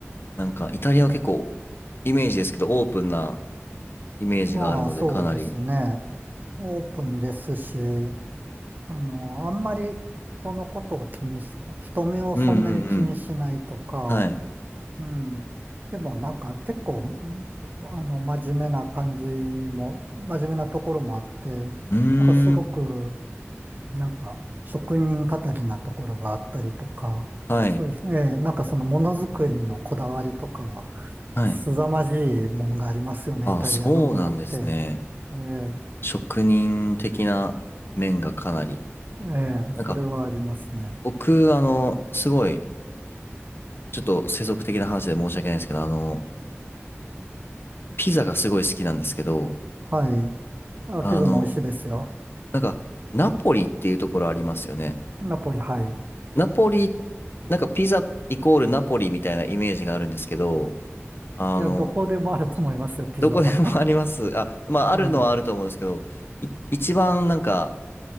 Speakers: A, on the left; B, on the right.
A: なんかイタリアは結構イメージですけど、オープンなイメージがあるので、
B: まあ、そうですね。
A: かなり。
B: オープンですし、あの、あんまり人のことを気にし、人目をそんなに気にしないとか、
A: うんうんうん。はい。う
B: うん。でもなんか結構、んあの、真面目な感じも、真面目なところもあって、
A: ーん。
B: なんかすごく、なんか職人語りなところがあったりとか、
A: はい。
B: そういう、ええなんかそのものづくりのこだわりとかは、
A: はい
B: 凄まじいもんがありますよね、
A: あ、
B: イタリアのものって。
A: そうなんですね。
B: ええ
A: 職人的な面がかなり。
B: ええそれはありますね。
A: なんか、僕、あの、すごい、ちょっと世俗的な話で申し訳ないんですけど、あの、ピザがすごい好きなんですけど、
B: はい。あ、
A: あの、
B: ピザも美味しいですよ。
A: なんか、ナポリっていうところありますよね。
B: ナポリ、はい。
A: ナポリ、なんかピザイコールナポリみたいなイメージがあるんですけど、あの、
B: いや、どこでもあると思いますよ、ピザは。
A: どこでも <laughs> あります。あ、まあ、あるのはあると思うんですけど、
B: <laughs> ええ、
A: い一番なんか、